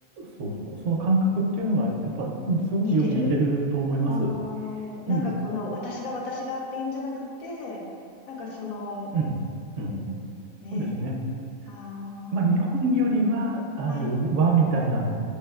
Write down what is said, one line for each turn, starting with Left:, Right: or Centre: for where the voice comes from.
Right: そうそう。その感覚っていうのが、やっぱ、すごくよく似てると思います。
Left: 似てるああー、なんかこの私が私がっていうんじゃなくて、
Right: うん、
Left: なんかその、
Right: うん、
Left: うん、
Right: うん。
Left: ねえ、
Right: そうですね。
Left: あ
Right: まあ、日本よりは、あの、
Left: あ、はい、
Right: 和みたいな、